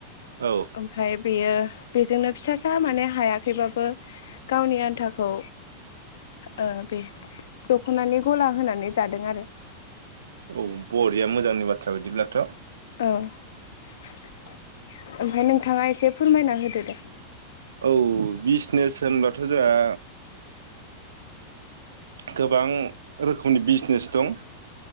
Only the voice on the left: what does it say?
ओमफ्राय बेयो बेजोंनो फिसासा माने हायाखैबाबो गावनि आन्थाखौ ओ बे दख'नानि गला होनानै जादों आरो।
औ। ओमफ्राय नोंथाङा एसे फोरमायना होदो दे।